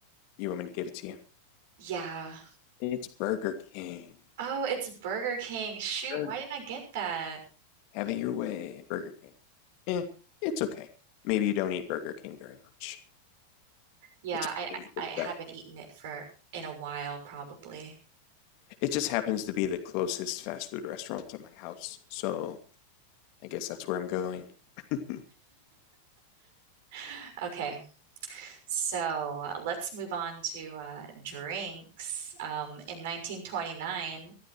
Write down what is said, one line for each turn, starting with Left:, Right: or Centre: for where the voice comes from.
Left: you want me to give it to you?
Right: yeah.
Left: It's Burger King.
Right: Oh, it's Burger King. Shoot,
Left: Burger-
Right: why didn't I get that?
Left: Have it your way, at Burger King. Eh, it's okay. Maybe you don't eat Burger King very much.
Right: Yeah,
Left: It's
Right: I
Left: pretty
Right: I
Left: good
Right: I haven't
Left: at that.
Right: eaten it for in a while probably. <sighs>
Left: It just happens to be the closest fast food restaurant to my house, so I guess that's where I'm going. <laughs>
Right: <laughs> Okay. So, uh, let's move on to uh drinks. Um in 1929,